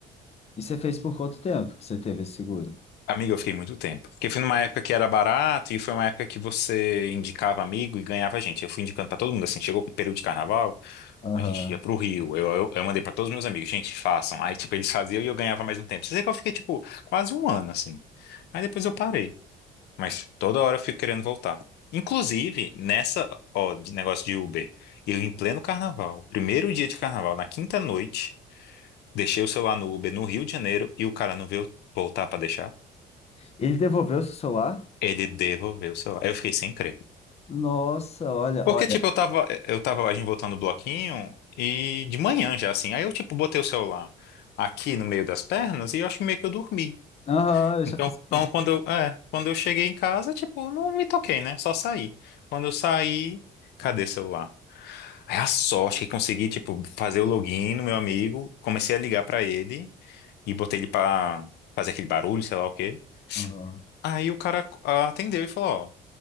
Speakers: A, on the left; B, on the left.
A: E você fez por quanto tempo que você teve esse seguro?
B: Amigo, eu fiquei muito tempo. Porque foi numa época que era barato e foi uma época que você indicava amigo e ganhava gente. Eu fui indicando pra todo mundo, assim, chegou o período de carnaval,
A: Aham.
B: a gente ia pro Rio. Eu, eu, eu mandei pra todos os meus amigos, gente, façam. Aí, tipo, eles faziam e eu ganhava mais um tempo. Você que eu fiquei, tipo, quase um ano, assim. Aí depois eu parei. Mas toda hora eu fico querendo voltar. Inclusive, nessa, ó, de negócio de Uber, eu em pleno carnaval, primeiro dia de carnaval, na quinta noite, deixei o celular no Uber no Rio de Janeiro e o cara não veio voltar pra deixar.
A: Ele devolveu o seu celular?
B: Ele devolveu o celular. Eu fiquei sem crer.
A: Nossa, olha,
B: Porque,
A: olha.
B: tipo, eu tava, eu tava a gente voltando o bloquinho e de manhã já, assim. Aí eu, tipo, botei o celular aqui no meio das pernas e eu acho que meio que eu dormi.
A: Aham, eu
B: Então,
A: já fiz isso
B: então
A: também.
B: quando eu, é, quando eu cheguei em casa, tipo, não me toquei, né? Só saí. Quando eu saí, cadê o celular? Aí a sorte que consegui, tipo, fazer o login no meu amigo, comecei a ligar pra ele e botei ele pra fazer aquele barulho, sei lá o quê.
A: Aham.
B: Aí o cara ah, atendeu e falou, ó,